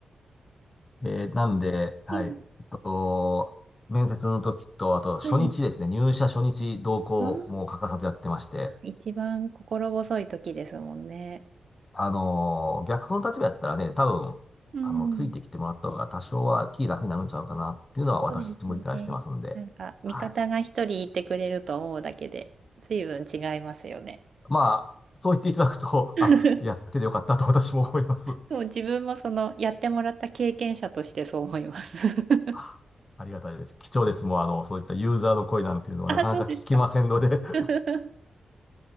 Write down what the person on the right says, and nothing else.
うん
はい。
ああ、一番心細い時ですもんね。
うん。
そうですね。なんか、味方が一人いてくれると思うだけで、
随分違いますよね。
<laughs>
でも自分もその、やってもらった経験者としてそう思います。<laughs>
あ、そうですか。
<laughs>